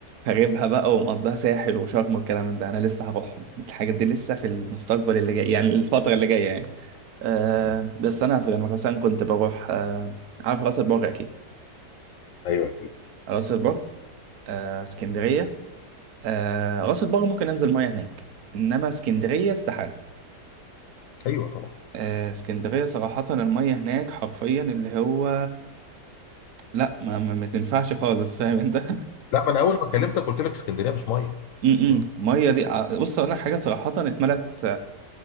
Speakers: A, on the right (about 60°); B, on the left (about 70°).
A: خاربها بقى ومقضيها ساحل وشرم والكلام من ده انا لسه هروحهم الحاجات دي لسه في المستقبل اللي جاي يعني الفتره اللي جايه يعني آه
B: إمم.
A: بس انا مثلا مثلا كنت بروح آه عارف راس البر اكيد
B: أيوه أكيد.
A: راس البر آه اسكندريه آه راس البر ممكن انزل ميه هناك انما اسكندريه استحاله
B: أيوه طبعًا.
A: آه اسكندريه صراحه الميه هناك حرفيا اللي هو لا ما, ما, ما تنفعش خالص فاهم انت <laughs>
B: لأ، ما أنا أول ما كلمتك قُلت لك اسكندرية مش مَيّة.
A: م-
B: إمم.
A: م. الميه دي ع- بص اقول لك حاجه صراحه اتملت